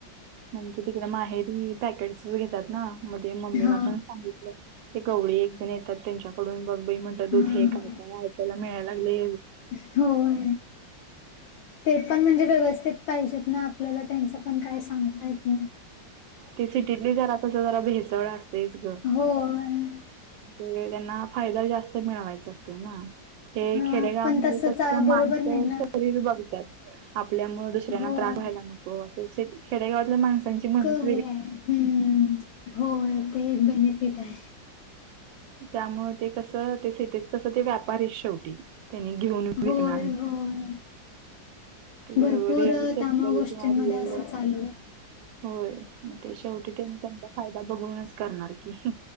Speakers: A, on the right; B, on the left.
A: ममीच्या तिकडे माहेरी पॅकेट्स घेतात ना म ते मम्मीला
B: हा
A: पण सांगितलं. ते गवळी एक जण येतात त्यांच्याकडून बघ बाई म्हंटलं दूध
B: हा
A: हे काय काय ऐकायला मिळायला लागले
B: होय ते पण म्हणजे व्यवस्थित पाहिजेत ना आपल्याला त्यांच पण काय सांगता येत नाही.
A: ते सिटीतले जरा तस जरा भेसळ असतेच ग.
B: होय
A: ते त्यांना फायदा जास्त मिळवायचा असतोय ना. हे
B: हा
A: खेडेगावमध्ये
B: पण तस
A: क माणसं
B: बरोबर नाही ना
A: शरीर बघत्यात. आपल्यामुळे दुसऱ्यांना
B: होय
A: त्रास व्हायला नको असं खेडेगावातल्या माणसांची मनत
B: होय हम्म ते एक मोठ बेनिफिट आहे.
A: त्यामुळे ते कस ते सिटीत कसं ते व्यापारी आहे शेवटी. त्यांनी घेऊन
B: होय
A: विकणार
B: होय
A: ते
B: भरपूर
A: रिअल शेतकरी
B: त्यामुळे गोष्टींमध्ये
A: किंवा रियल
B: असं चाललंय
A: होय मग ते शेवटी ते मी त्यांचा फायदा बघूनच करणार की.